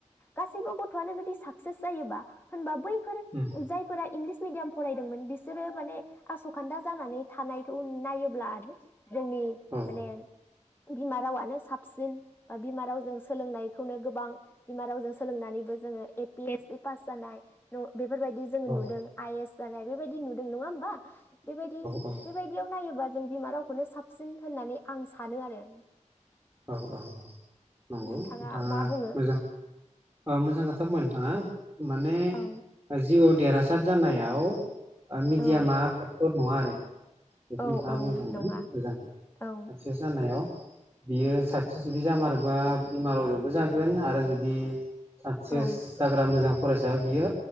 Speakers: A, on the left; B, on the right.
A: गासैबो गद्यांशों जुदि सागसेस जायोब्ला होनबा बै फोर
B: उम
A: जायफोरा इंलिस इंलिस मिडियाम फरायदोंमोन बिसोरो माने आसखान्दा जानानै थानायखौ नायोब्ला आरो जोंनि माने
B: औ
A: बिमा रावानो साबसिन बा बिमा रावजों सोलोंनायखौनो गो गोबां बिमा रावजों सोलोंनानैबो जोंङो A P S C pass जानाय बेफोरबायदि जोंङो
B: औ
A: नुदों आइ एस जानाय बेबायदि नुदों नंङा होनबा बेबायदि
B: औ
A: बेबायदियाव नायोबा जों बिमा रावखौनो साबसिन होननानै आं सानो आरो
B: औ औ नंगौ
A: नोंथाङा
B: नोंथांङा
A: मा बुङो
B: मोजां ओ खोथा बुंबाय नोंथांङा <inaudible> माने
A: औ
B: जिवा देरहासार जानायाव ओ मिडियामआ
A: औ
B: भेगतर नङा आरो <inaudible> बेखौ
A: औ
B: नोंथांङा
A: औ
B: बुंनो थांगोन
A: नङा
B: मोजां
A: औ
B: साक्सेस जानायाव बियो साक्सेस जुदि जामारो ओ बिमारावजोंबो जागोन आरो जुदि दि साक्सेस
A: औ
B: जाग्रा मोजां फरायसा बियो